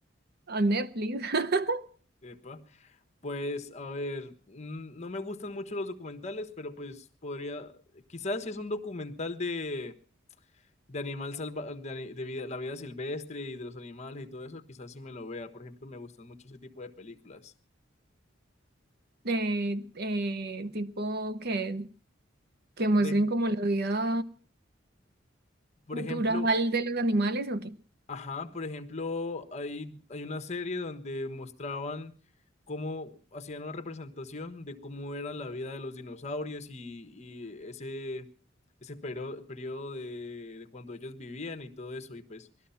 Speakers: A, on the right; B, on the left.
A: A Netflix. <laughs>
B: Epa. Pues a ver, mm, no me gustan mucho los documentales, pero pues podría, quizás si es un documental de de animal salva, de, ani- de vida- la vida silvestre y de los animales y todo eso, quizás sí me lo vea. Por ejemplo, me gustan mucho ese tipo de películas.
A: Eh, eh, tipo que, que muestren
B: Por, ej-
A: como la vida
B: por
A: natural
B: ejemplo,
A: de los animales, ¿o qué?
B: ajá, por ejemplo, hay, hay una serie donde mostraban cómo hacían una representación de cómo era la vida de los dinosaurios y, y ese, ese periodo, periodo de, de cuando ellos vivían y todo eso. Y pues